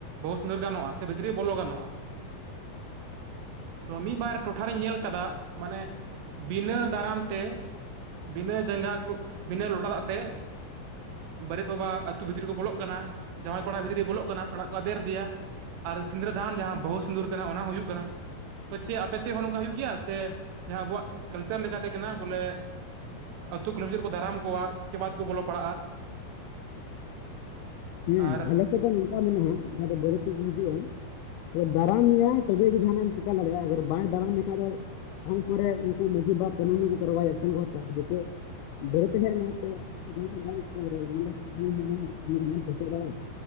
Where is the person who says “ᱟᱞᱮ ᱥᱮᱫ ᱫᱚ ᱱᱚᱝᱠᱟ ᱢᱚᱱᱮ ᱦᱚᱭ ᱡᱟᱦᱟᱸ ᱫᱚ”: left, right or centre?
Left